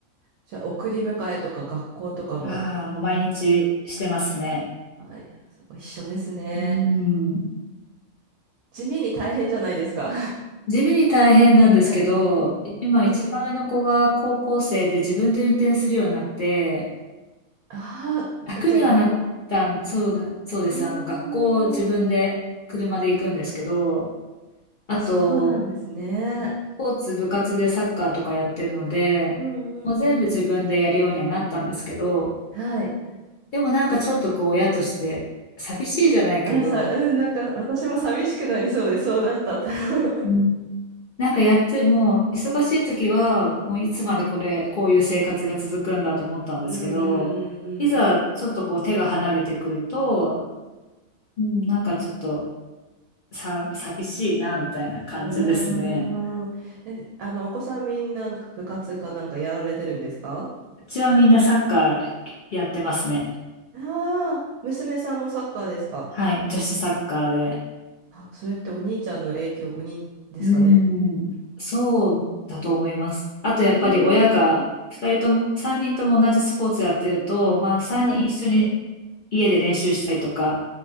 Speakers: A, on the right; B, on the left.
A: じゃあ、送り迎えとか学校とかも、
B: ああ、もう毎日してますね。
A: あ、いやそう一緒ですね。
B: うん。
A: 地味に大変じゃないですか。
B: 地味に大変なんですけど、
A: <laughs> うん。
B: い今一番上の子が高校生で自分で運転するようになって、
A: うんああ、
B: 楽にはなったん、
A: え、じゃあ学校。う
B: そうだ、そうです。
A: ーん。
B: あの、学校自分で車で行くんですけど、あと、
A: そうなんですね。
B: スポーツ部活でサッカーとかやってるので、
A: うんう
B: もう全部自分でやるようにはなったんですけど、
A: んうんうん。はい。
B: でもなんかちょっとこう親として寂しいじゃないけど、
A: あ、さ、うん、なんか私も寂しくなりそうで、そうなったら <laughs>
B: うんなんかやっても、忙しい時は、もういつまでこれ、こういう生活が続くんだと思ったんですけど、
A: うんうん、
B: いざちょっとこう手が離れてくると、うん、なんかちょっとさ、寂しいな、みたいな感じですね。
A: うん、うん。うーん。え、あの、お子さんみんな、なんか部活かなんかやられてるんですか
B: うちはみんなサッカーやってますね。
A: ああー、娘さんもサッカーですか
B: はい、女子サッカーで。
A: あ、それってお兄ちゃんの影響、お兄ですかね
B: うーん、そうだと思います。あとやっぱり親が、
A: うーん。
B: 二人とも、三人とも同じスポーツやってると、まあ三人一緒に
A: はい。
B: 家で練習したりとか、